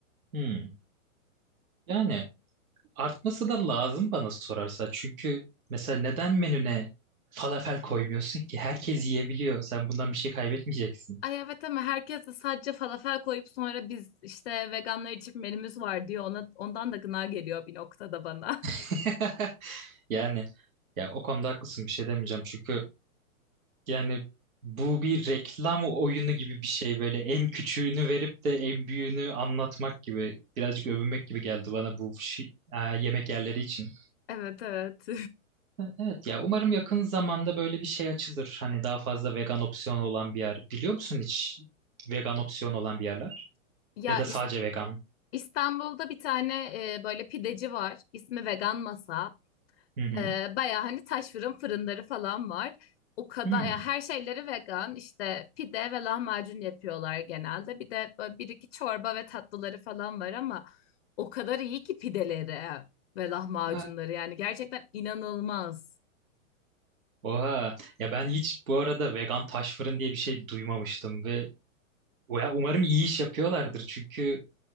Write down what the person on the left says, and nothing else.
Ay evet ama herkes de sadece falafel koyup sonra biz işte veganlar için menümüz var diyor. Ona, ondan da gına geliyor bir noktada bana. <laughs>
Evet evet.
<laughs> Ya
İs-
İstanbul'da bir tane e, böyle pideci var. İsmi Vegan Masa.
Ee, baya hani taş fırın fırınları falan var. O kadar
ya her şeyleri vegan işte pide ve lahmacun yapıyorlar genelde. Bir de böyle bir iki çorba ve tatlıları falan var ama o kadar iyi ki pideleri ve lahmacunları
yani gerçekten inanılmaz.